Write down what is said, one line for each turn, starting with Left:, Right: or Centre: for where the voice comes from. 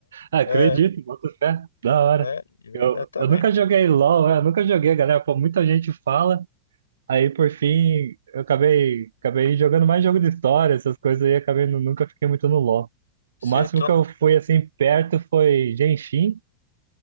Right: acredito,
Left: É, é.
Right: boto fé. Da hora.
Left: É, de verdade
Right: Eu,
Left: também.
Right: eu nunca joguei LOL, né? eu nunca joguei, galera. Pô, muita gente fala, aí por fim eu acabei, acabei jogando mais jogo de história, essas coisas aí, acabei, nu- nunca fiquei muito no LOL.
Left: Sei,
Right: O máximo
Left: tu
Right: que
Left: não...
Right: eu fui assim perto foi Genshin,